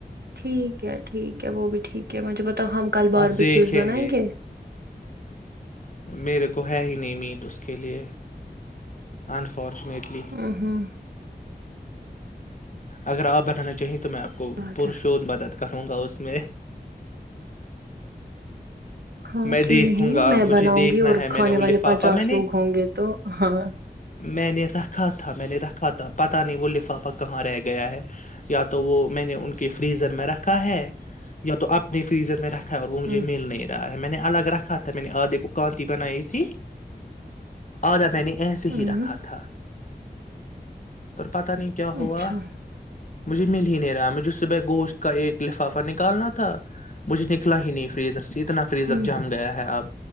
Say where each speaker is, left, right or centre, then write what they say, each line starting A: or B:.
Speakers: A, on the right; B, on the left.
A: ٹھیک ہے ٹھیک ہے وہ بھی ٹھیک ہے مجھے ب تو ہم کل باربیکیوز
B: آپ دیکھیں
A: بنائیں گے
B: میرے کو ہے ہی نہیں میٹ اس کے لیے انف فارچونیٹلی
A: ہ ہ
B: اگر آپ بنانا چاہیں تو میں آپ کو
A: بات
B: پ
A: ہے
B: شھ بتاتا ہوں کروں گا اس میں
A: ہاں
B: میں
A: کیوں
B: دیکھوں
A: نہیں
B: گا
A: میں
B: مجھے
A: بناؤں
B: دیکھنا
A: گی اور
B: ہے میں
A: کھانے
B: نے وہ لفافہ
A: والے پچاس
B: میں نے
A: لوگ ہوں گے تو ہاں
B: میں نے رکھا تھا میں نے رکھا تھا پتہ نہیں وہ لفافہ کہاں رہ گیا گیا ہے یا تو وہ میں نے ان کے فریزر میں رکھا ہے یا تو اپنی فریزر میں رکھا اور وہ مجھے
A: ہ
B: مل نہیں رہا ہے میں نے الگ رکھا تھا میں نے آدھے کو کانتی بنائی تھی آھا میں نے ایسے
A: ہ
B: ہی رکھا تھا پتا نہیں کیا ہوا
A: اچھا
B: مجھے مل ہی نہیں رہا مجھے صبح گوشت کا ایک لفافہ نکالنا تھا مجھے نکنا ہی نہیں فریز س اتنا فریز
A: ہ
B: اب جم گیا ہے اب